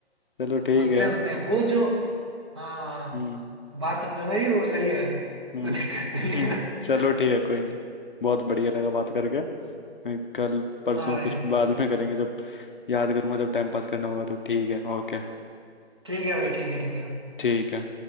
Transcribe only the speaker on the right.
होते
होते हैं वो जो हाँ
बात समझो मेरी वो सही है
कोई दिक्कत नहीं
है <laughs>
हाँ भाई
ठीक है भाई ठीक है ठीक है